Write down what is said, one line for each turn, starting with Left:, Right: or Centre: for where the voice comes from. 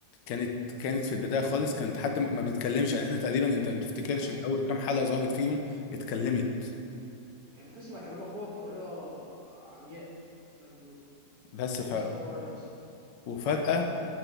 Left: كانت كانت في البدايه خالص كانت حد ما ما بيتكلمش يعني احنا تقريبا انت ما تفتكرش
Right: اصلا
Left: ان اول كام حلقه ظهرت فيهم اتكلمت
Right: كانت بتسمع كلام اخوها بطريقه عمياء زي ما بيقولوا
Left: بس
Right: ما
Left: ف
Right: كانش عندها راي اصلا
Left: وفجأة